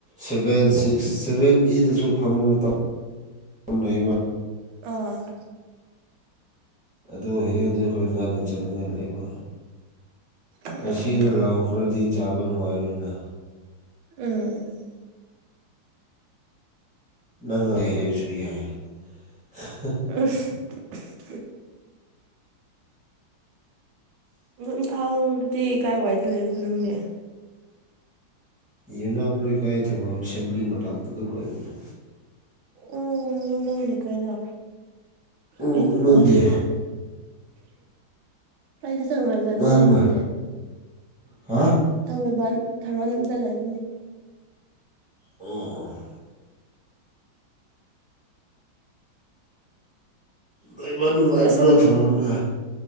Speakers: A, in the centre; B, on the right.
A: ꯁꯚꯦꯟ ꯁꯤꯛꯁ ꯁꯚꯦꯟ ꯑꯦꯗꯁꯨ ꯐꯪꯕ ꯃꯇꯝ <unintelligible>
B: ꯑꯥ <unintelligible>
A: ꯑꯗꯨ ꯍꯌꯦꯡꯁꯦ ꯑꯩꯈꯣꯏ ꯉꯥꯅꯨ ꯆꯅꯤꯡꯉꯥꯏ ꯂꯩꯕ
B: ꯎꯝ
A: ꯃꯁꯤꯅ ꯂꯥꯛꯑꯣ ꯈꯔꯗꯤ ꯆꯥꯕ ꯅꯨꯡꯉꯥꯏꯔꯣꯏꯅ
B: ꯎꯝ ꯎꯝ <unintelligible>
A: <unintelligible>
B: ꯎ <unintelligible> ꯑꯗꯣ ꯏꯝꯐꯥꯜꯗꯗꯤ ꯀꯥꯏꯋꯥꯏꯗ ꯂꯩꯕꯅꯣ ꯅꯪꯗꯤ
A: ꯌꯨꯅꯥꯝ ꯂꯩꯀꯥꯏ ꯊꯝꯃ ꯑꯦꯁꯦꯝꯕ꯭ꯂꯤ ꯃꯅꯥꯛꯇ ꯑꯗꯨꯝ ꯂꯩꯕꯅꯦ
B: ꯎ ꯌꯨꯃꯝꯅꯥꯝ ꯂꯩꯀꯥꯏꯗ
A: ꯎꯝ
B: ꯑꯩꯗꯤ
A: ꯅꯪꯗꯤ
B: ꯎꯗꯦꯕꯣ ꯄꯥꯏꯁ ꯆ ꯍꯃꯥꯏ ꯃꯅ
A: ꯅꯪꯅ
B: ꯍꯥꯏ ꯄꯁꯦ <unintelligible>
A: ꯍꯥ <unintelligible>
B: ꯊꯥꯡꯃꯩꯕꯥꯟ ꯊꯧꯔꯣꯟꯗ ꯂꯩꯕꯅꯦ
A: ꯑꯣ ꯑꯣ ꯗꯏꯕꯔ ꯅꯨꯡꯉꯥꯏꯕ꯭ꯔꯣ
B: ꯑꯁꯦꯝ
A: ꯊꯔꯣꯟꯗ